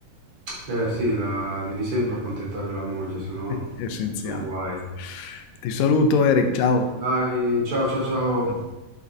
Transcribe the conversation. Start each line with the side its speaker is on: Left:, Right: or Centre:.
Right: Eh sì, la- devi sempre accontentare la moglie, se no
Left: <laughs> È essenziale.
Right: sono guai.
Left: Ti saluto Eric, ciao.
Right: Dai, ciao ciao ciao.
Left: Ciao.